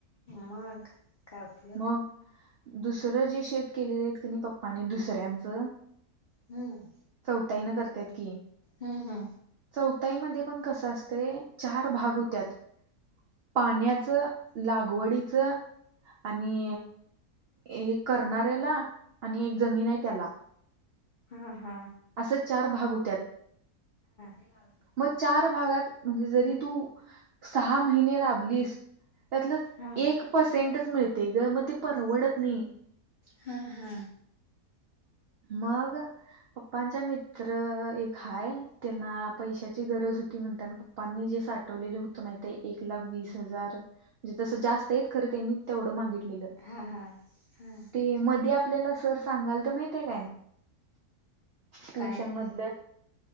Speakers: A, on the left; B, on the right.
A: मग काय उपयोग
B: मग दुसर जे शेत केलेलयेत कि आहेत पप्पानी दुसऱ्यांच
A: हम्
B: चौताई न करत्यात की
A: हा हा
B: चौथाईमध्ये पण कस असतय चार भाग होत्यात पाण्याच लागवडीच आणि एक करणाऱ्याला आणि एक जमीन आहे त्याला
A: हा हा
B: असं चार भाग होत्यात
A: ह
B: मग चार भागात म्हणजे जरी तू सहा महिने राबलीस त्यातल
A: हा हा
B: एक पर्सेंटच मिळते ग मग ते परवडत नाही
A: हा हा
B: मग पप्पांचा मित्र एक हाय त्यांना पैशाची गरज होती म्हणतात पप्पांनी जे साठवलेले होत नाही ते एक लाख वीस हजार म्हणे तस जास्त आहे खर त्यांनी तेवढ मागितलेल
A: हा हा हा
B: ते मधल्या आपल्याला सर सांगाल तर माहितेय काय ट्युशन
A: काय
B: मधल